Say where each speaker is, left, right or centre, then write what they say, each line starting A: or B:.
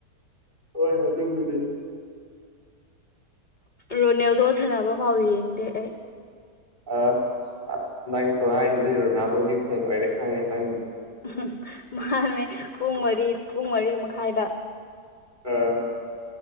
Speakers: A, on the right; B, on the left.
A: ꯍꯣꯏꯣꯏ ꯑꯗꯨꯕꯨꯗꯤ
B: ꯔꯣꯅꯦꯜꯗꯣ ꯁꯥꯟꯅꯕ ꯐꯥꯎ ꯌꯦꯡꯗꯦ ꯑꯩ
A: ꯑ ꯑ ꯑꯁ ꯅꯪꯁꯨ ꯍꯥꯏꯔꯤꯗꯤ ꯔꯣꯅꯥꯜꯗꯣꯒꯤ ꯐꯦꯟ ꯑꯣꯏꯔꯦ ꯈꯪꯉꯦ ꯅꯪꯒꯤꯁꯨ
B: ꯎꯝ ꯃꯥꯅꯦ ꯄꯨꯡ ꯃꯔꯤ ꯄꯨꯡ ꯃꯔꯤ ꯃꯈꯥꯏꯗ
A: ꯑꯣ